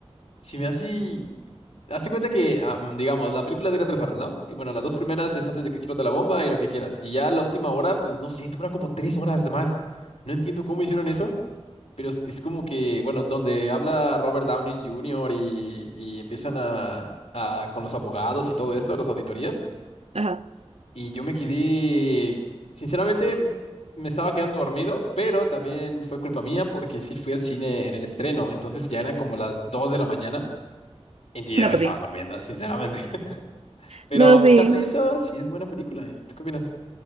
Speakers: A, on the left; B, on the right.
A: si me hace. Hazte cuenta que, am, digamos, la película dura tres horas, ¿no? Y bueno, las dos primeras es antes de que explote la bomba y lo que quieras. Y ya la última hora, pues no sé, dura como tres horas más. No entiendo cómo hicieron eso, pero es, es como que, bueno, donde habla Robert Downey Jr. y, y empiezan a, a- con los abogados y todo esto, las auditorías.
B: Ajá.
A: Y yo me quedé, sinceramente, m- me estaba quedando dormido, pero también fue culpa mía porque sí fui al cine en el estreno, entonces ya eran como las 2 de la mañana y yo ya
B: No,
A: me
B: pues
A: estaba
B: sí.
A: durmiendo, sinceramente. <laughs> Pero
B: No,
A: a
B: sí.
A: pesar de eso, sí es buena película, ¿eh? ¿Tú qué opinas?